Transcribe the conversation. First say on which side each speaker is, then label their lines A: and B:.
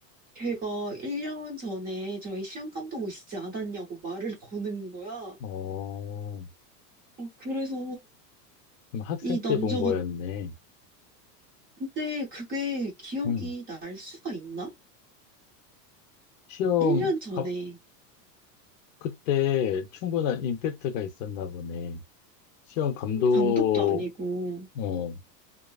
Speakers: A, on the right; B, on the left.
A: 걔가 1년 전에 저희 시험 감독 오시지 않았냐고 말을 <laughs> 거는 거야. 어,
B: 어.
A: 그래서
B: 그럼 학생
A: 이 남자가
B: 때 본 거였네.
A: 근데 그게 기억이
B: 음,
A: 날 수가 있나?
B: 시험,
A: 1년 전에
B: 가, 그때 충분한 임팩트가 있었나 보네. 시험 감독,
A: 감독도 아니고
B: 어, 음,